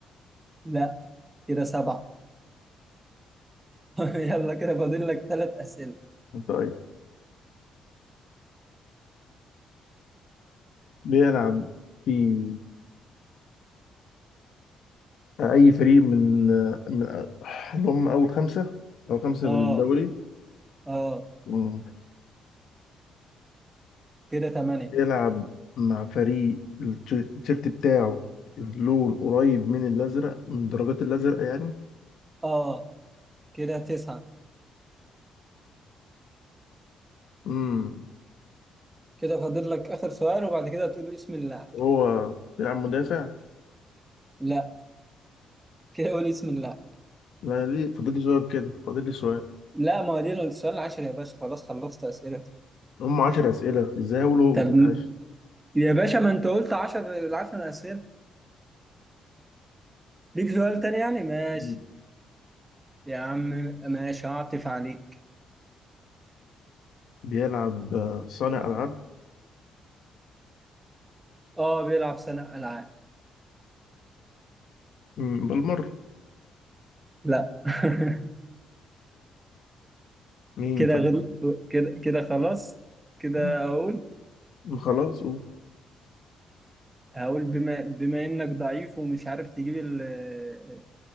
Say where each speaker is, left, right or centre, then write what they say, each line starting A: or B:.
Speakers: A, on the right; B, on the left.
A: لا كده سبعة <laughs> يلا كده فاضل لك ثلاث أسئلة
B: طيب بيلعب في أي فريق من من اللي هم أول خمسة أو خمسة
A: اه
B: بالدوري
A: اه
B: مم.
A: كده تمانية
B: بيلعب مع فريق التيشيرت التيشيرت بتاعه اللون قريب من الأزرق من درجات الأزرق يعني
A: اه كده تسعة
B: مم.
A: كده فاضل لك آخر سؤال وبعد كده تقول اسم اللاعب
B: هو بيلعب مدافع
A: لا كده قول اسم اللاعب
B: لا ليه فاضل لي سؤال كده فاضل لي سؤال
A: لا ما هو دي السؤال العاشر يا باشا خلاص خلصت أسئلتك
B: هم 10 أسئلة إزاي هقول هو
A: طب
B: في الحاجة
A: م- يا باشا ما أنت قلت عشر العشر أسئلة ليك سؤال تاني يعني ماشي
B: مم.
A: يا عم ماشي هعطف عليك
B: بيلعب آه، صانع ألعاب
A: اه بيلعب سنة ألعاب
B: مم، بالمرة
A: لا <laughs>
B: مين
A: كده
B: طيب
A: غل... كده كده خلاص كده
B: مم،
A: أقول
B: خلاص قول
A: هقول بما بما إنك ضعيف ومش عارف تجيب ال-